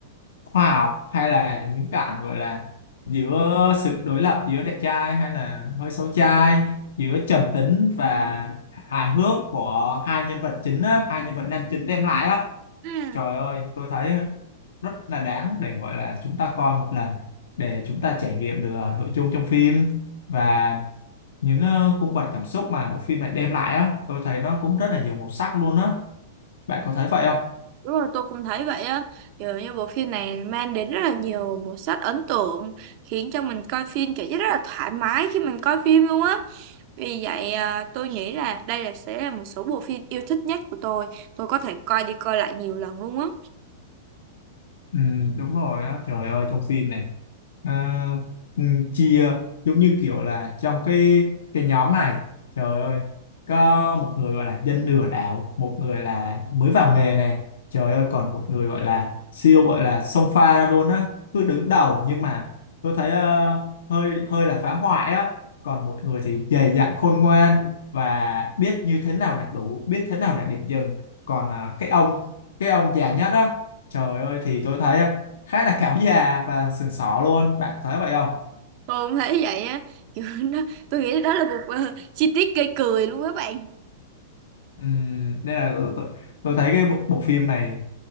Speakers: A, on the left; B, on the right.
A: khoa học hay là những cảnh gọi là giữa sự đối lập giữa đẹp trai hay là hơi xấu trai giữa trầm tính và hài hước của hai nhân vật chính á hai nhân vật nam chính đem lại á
B: Ừ.
A: trời ơi tôi thấy rất là đáng để gọi là chúng ta coi một lần để chúng ta trải nghiệm được ờ, nội dung trong phim và những ờ, cung bậc cảm xúc mà bộ phim này đem lại á tôi thấy nó cũng rất là nhiều màu sắc luôn á bạn có thấy vậy không
B: Đúng rồi, tôi cũng thấy vậy á. Kiểu như bộ phim này mang đến rất là nhiều màu sắc ấn tượng, khiến cho mình coi phim cảm giác rất là thoải mái khi mình coi phim luôn á. Vì vậy à, tôi nghĩ là đây là sẽ là một số bộ phim yêu thích nhất của tôi. Tôi có thể coi đi coi lại nhiều lần luôn á.
A: Ừ, đúng rồi á trời ơi trong phim này à, ừ, chia giống như kiểu là trong cái cái nhóm này trời ơi có một người gọi là dân lừa đảo một người là mới vào nghề này trời ơi còn một người gọi là siêu gọi là xông pha ra luôn á cứ đứng đầu nhưng mà tôi thấy ờ, hơi hơi là phá hoại á còn một người thì dày dặn khôn ngoan và biết như thế nào là đủ biết thế nào là điểm dừng còn à, cái ông cái ông già nhất á Trời ơi thì tôi thấy á, khá là cáo già và sừng sỏ luôn, bạn có thấy vậy không?
B: Tôi cũng thấy vậy á. Kiểu <laughs> nó, tôi nghĩ đó là một ờ, chi tiết gây cười luôn các bạn.
A: Ừm, nên là tôi, tôi, tôi thấy cái bộ, bộ phim này